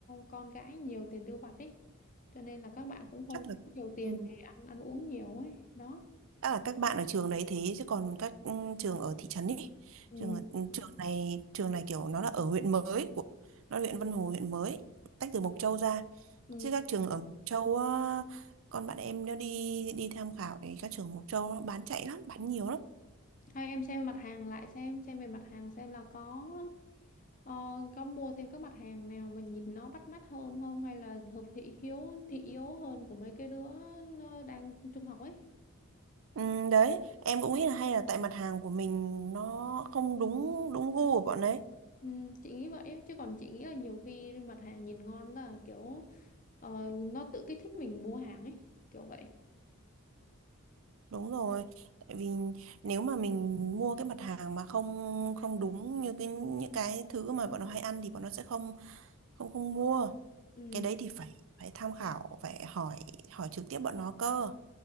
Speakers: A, on the left (about 35°); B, on the right (about 65°).
A: con cái nhiều tiền tiêu vặt ấy. Cho nên là các bạn cũng không
B: chắc
A: có
B: là
A: nhiều tiền
B: ừ,
A: để ăn ăn uống nhiều ấy. Đó.
B: chắc là các bạn ở trường đấy thế chứ còn các ừ, trường ở thị trấn ấy
A: Ừ.
B: trường ở- ừ, trường này trường này kiểu nó là ở huyện mới của nó là huyện Vân Hồ huyện mới tách từ Mộc Châu ra
A: Ừ.
B: chứ các trường ở Mộc Châu á, con bạn em nó đi đi tham khảo thì các trường Mộc Châu nó bán chạy lắm bán nhiều lắm
A: Hay em xem mặt hàng lại xem xem về mặt hàng xem là có ờ, có mua thêm các mặt hàng nào mà nhìn nó bắt mắt hơn không hay là hợp thị hiếu thị yếu hơn của mấy cái đứa ờ, đang trung học ấy.
B: ừ, đấy em cũng nghĩ là hay là tại mặt hàng của mình nó không đúng đúng gu của bọn đấy
A: Ừ, chị nghĩ vậy á. chứ còn chị nghĩ là nhiều khi mặt hàng nhìn ngon là kiểu ờ, nó tự kích thích mình mua hàng ấy kiểu vậy
B: Đúng rồi, tại vì nếu mà mình mua cái mặt hàng mà không không đúng như cái những cái thứ mà bọn nó hay ăn thì bọn nó sẽ không không không mua.
A: ừ.
B: Cái đấy thì phải phải tham khảo, phải hỏi hỏi trực tiếp bọn nó cơ.